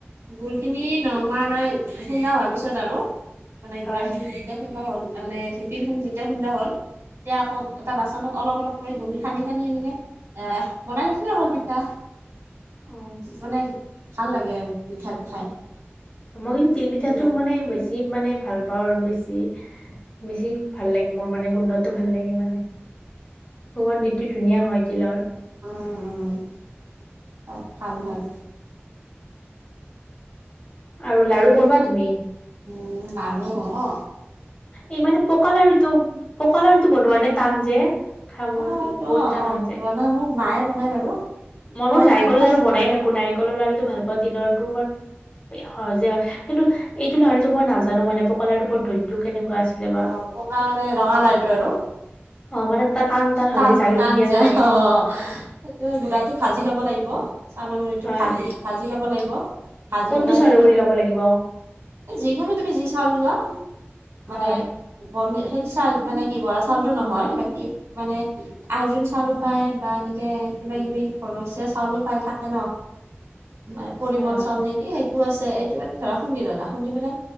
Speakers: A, on the right; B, on the left.
A: গুৰ খিনি নমা। মানে খুন্দা হোৱাৰ পিছত আৰু মানে
B: হয়
A: গুড়া খিনি যেতিয়া খুন্দা হ'ল। তাৰ মানে ঢেঁকীৰ <unintelligible> যেতিয়া খুন্দা হ'ল। এতিয়া আকৌ এটা বাচনত অলপ- অলপ কৰি গুৰি খানি -খানি আনিকে। এ' বনাই ৰাখিলে হল পিঠা
B: অ
A: মানে ভাল লাগে আৰু পিঠাটো খাই।
B: মই তিল পিঠাটো
A: বুজিলা।
B: মানে বেছি মানে ভাল পাওঁ আৰু বেছি। বেছি ভাল লাগে মোৰ মানে গোন্ধটো ভাল লাগে মানে। সুগন্ধিটো ধুনীয়া হয় তিলৰ।
A: অহ - অহ চব ভাল হয়।
B: আৰু
A: বাকী
B: লাৰু বনোৱা তুমি?
A: উম, লাৰু অহ।
B: এই মানে পকা লাাৰুটো পকা লাাৰুটো বনোৱা নে টান যে? খাব
A: অহ -অহ-
B: বহুত টান
A: অহ
B: হৈ যায়
A: বনায় মোৰ মায়ে বনাই বাৰু।
B: মই মোৰ নাৰিকল
A: ইমান এটা
B: লাৰু বনাই থাকো নাৰিকৰ লাৰুটো পাওঁ তিলৰ <unintelligible> সহজে হয় কিন্তু এইটো লাৰুটো মই নাজানো মানে পকা লাৰু পদ্ধতিটো কেনেকুৱা আছিলে বা
A: অহ, পকা মানে ৰঙা লাৰুটো আৰু।
B: অহ মানে তা টান টান হয়
A: টানতো
B: যে জালুক
A: টান
B: দিয়া
A: যো
B: যায়
A: অহ
B: অ
A: সেইটো গুড়াটো ভাজ ভাজি লব লাগিব চাউলৰ গুৰিটো
B: হয়
A: ভাজি ভাজি লব লাগিব। ভাজি
B: কোনটো
A: পেলাই
B: চাউলৰ
A: সেই কৰি
B: গুৰি ল'ব লাগিব?
A: যিকোনো তুমি যি চাউল লোৱা
B: হয়
A: মানে বৰ্ণি সেইটোত চাল মানে কি বৰা চাওলটো নহয় বাকী মানে আইজুং চাউলো পায় বা এনেকে কিবা- কিবি ঘৰচীয়া চাউলো পায় থাকে ন'।
B: <inaudible>
A: মানে পৰিমল
B: হয় হয়
A: চাউল নেকি সেই টো আছে এইটো মানে ধৰা খুন্দি ল'লা খুন্দি পেলাই